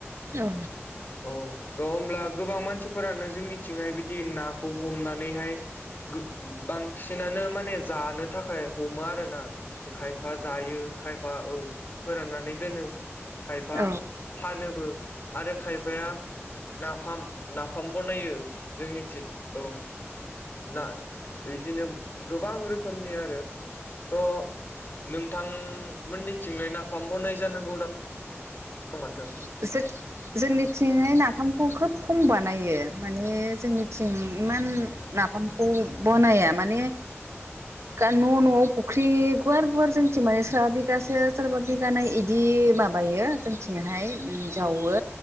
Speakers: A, on the right (about 70°); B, on the left (about 45°).
A: औ।
B: औ थ'' होमब्ला गोबां मानसिफोरानो जोंनिथिंहाय बिदि नाखौ हमनानैहाय गो बांसिनानो माने जानो थाखाय थाखाय हमो आरोना खायफा जायो खायफा औ फोराननानै दोनो। खायफा
A: औ
B: फानोबो आरो खायफाया नाफाम नाफाम बनायो जोंनिथि औ। ना बिदिनो गोबां रोखोमनि आरो। थ' नोंथांमोननिथिंलाय नाफाम बनाय जानांगौ दा माथो
A: <unintelligible> जोंनिथिंहाय नाफामखौ खोब खम बानायो माने जोंनिथिं इमान नाफामखौ बनाया माने न' न'आव फुख्रि गुवार गुवार जोंथि माने सोरबा बिगासे सोरबा बिगानै बिदि माबायो जोंथिंहाय उम जावो